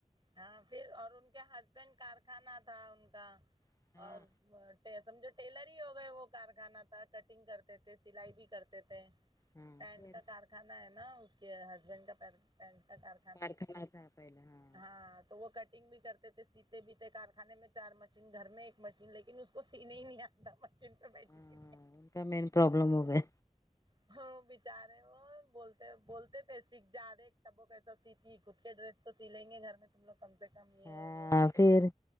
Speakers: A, on the right; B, on the left.
A: ہاں پھر اور ان کے ہسبینڈ کارخانہ تھا ان کا
B: ہاں
A: اور وہ ٹے سمجھو ٹیلر ہی ہو گئے وہ کارخانہ تھا کٹنگ کرتے تھے سلائی بھی کرتے تھے
B: ہاں
A: پینٹ
B: پھر
A: کا کارخانہ ہے نا اس کے ہسبینڈ کا پین پینٹ کا کار
B: کارخانہ تھا پہلے ہاں
A: ہاں تو وہ کٹنگ بھی کرتے تھے سیتے بھی تھے کارخانے میں چار مشین گھر میں ایک مشین لیکن اس کچھ سینے ہی نہیں اتا مشین پہ بیٹ
B: ہاں
A: کے
B: ان کا مین پروابلم ہو گیے
A: <unintelligible> چارے وہ بولتے بولتے تھے سیکھ جا رہے تبو کیسا سیتی خود کے ڈریس تو سیلینگے گھر میں تم لوگ کم سے کم یہ
B: ہاں
A: ہے وہ ہے
B: پھر